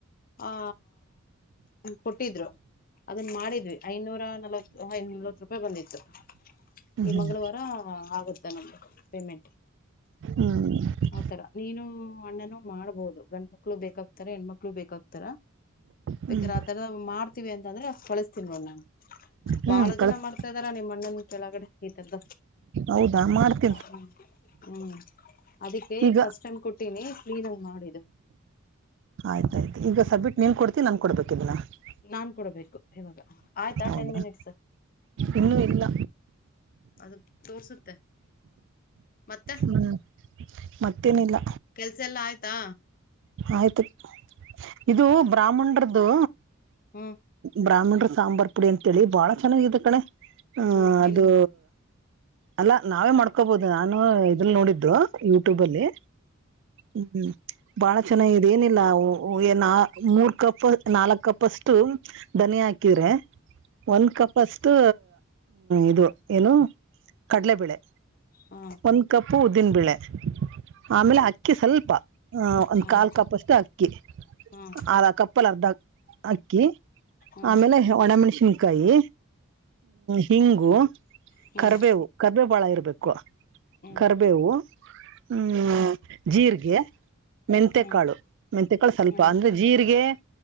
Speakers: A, on the left (about 45°); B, on the right (about 60°).
A: ಆ ಕೊಟ್ಟಿದ್ರು ಅದನ್ ಮಾಡಿದ್ದೀವಿ. ಐನೂರ ನಲವತ್ ಐ ನಲ್ವತ್ ರೂಪಾಯಿ ಬಂದಿತ್ತು
B: ಹ್ಮ್
A: ಈ ಮಂಗಳವಾರ
B: ಹ್ಮ್
A: ಆಗುತ್ತೆ. ನ ಪೇಮೆಂಟ್.
B: ಹ್ಮ್ <unintelligible>
A: ಆತರ ನೀನು ಅಣ್ಣನು ಮಾಡ್ಬಹುದು ಗಂಡು ಮಕ್ಳು ಬೇಕಾಗ ಹೆಣ್ಮಕ್ಳು ಬೇಕಾಗಕ್ತಾರ
B: ಹ್ಮ್
A: ಬೇಕ್ರ ಆ ತರ ಮಾಡ್ತೀವಿ ಅಂತ ಅಂದ್ರೆ ಕಳಸ್ತೀನ ನೋಡ್ ನಾನು.
B: ಹ್ಮ್
A: ಬಾಳ
B: ಕಳಸ್
A: ಜನ ಮಾಡ್ತಾ್ದಾರ ನಿಮ್ಮ ಅಣ್ಣನ ಕೆಳಗಡೆ ಈತದ್ದ.
B: ಹೌದಾ ಮಾಡ್ತ
A: ಹ್ಮ್ ಹ್ಮ್ ಅದಕ್ಕೆ
B: ಈಗ
A: ಫಸ್ಟ್ ಟೈಮ್ ಕೊಟ್ಟಿನಿ ಫ್ರೀ ದಾಗ ಮಾಡು ಇದು.
B: ಆಯ್ತಾಯಯ್ತು ಈಗ ಸಬ್್ಮಿಟ್ ನೀನ್ ಕೊಡ್ತೀಿ ನನ್ ಕೊಡ್ಬೇಕಿನ <unintelligible>
A: ನಾನ್ ಕೂಡಬೇಕು ಇವಾಗ ಆಯ್ತಾ
B: ಹೌದಾ
A: ಟೆನ್ ಮಿನಿಟ್ಸ್ <inaudible>
B: ಇನ್ನೂ ಇಲ್ಲ
A: ಅದು ತೋರ್ಸುತ್ತೆ ಮತ್ತೆ.
B: ಹ್ಞೂ ಮತ್ತೇನಿಲ್ಲ.
A: ಕೆಲ್ಸ ಎಲ್ಲಾ ಆಯ್ತಾ.
B: ಆಯ್ತು ಇದು ಬ್ರಾಹ್ಮಣ್ರದ್ದು.
A: ಹ್ಮ.
B: ಬ್ರಾಹ್ಮಿಣರು ಸಾಂಬಾರ್ ಪುಡಿ ಅಂತೇಳಿ ಬಾಳ ಚೆನ್ನಾಗಿದ ಕಣೆ ಹ್
A: ಹ್ಮ್
B: ಅದು.
A: ಎಲ್
B: ಅಲ್ಲ ನಾವೇ ಮಾಡ್ಕೋಬಹದು ನಾನು ಇದಲ್ಲಿ ನೋಡಿದ್ರು ಯೂಟ್ಯೂಬ ಅಲ್ಲಿ. ಹ್ಮ್ ಹ್ಮ್. ಬಾಳ ಚೆನ್ನಾಗಿದ ಏನಿಲ್ಲ ನ ಮೂರ್ ಕಪ್ ನಾಲ್ಕ್ ಕಪ್ ಅಷ್ಟು. ಧನ್ಯ ಹಾಕಿದರೆ. ಒಂದು್ ಕಪ್ ಅಷ್ಟು ಇದು ಏನು ಕಡ್ಲೆಬೇಳೆ.
A: ಹಾ <unintelligible>
B: ಒಂದು ಕಪ್ಪು ಉದ್ದಿನಬೇಳೆ. ಆಮೇಲೆ ಅಕ್ಕಿ ಸ್ವಲ್ಪ ಒಂದು್
A: ಹ್ಮ್
B: ಕಾಲು ಕಪ್ಷ್ಟು ಅಕ್ಕಿ.
A: ಹ್ಮ್ ಹ್ಮ್
B: ಅದಾ ಕಪ್ಪಲ್ ಅರ್ಧ ಅಕ್ಕಿ
A: ಹ್ಮ್
B: ಆಮೇಲೆ ಒಣಮೆಣಸಿನ್ಕಾಯಿ ಹಿಂಗು.
A: ಹ್ಮ್ ಹ್ಮ್ ಹ್ಮ್
B: ಕರ್ಬೇವು ಕರ್ಬೇ ಭಾಳ ಇರಬೇಕು
A: ಹ್ಮ್
B: ಕರಿಬೇವು
A: ಹ್ಮ್
B: ಹ. ಜೀರ್ರಿಗೆ. ಮೆಂಂತೆಕಾಳು
A: ಹ್ಮ್
B: ಮೆಂತೆಕಾಳು ಸ್ವಲ್ಪ
A: ಹ್ಮ್
B: ಅಂದ್ರೆ ಜೀರಿಗೆ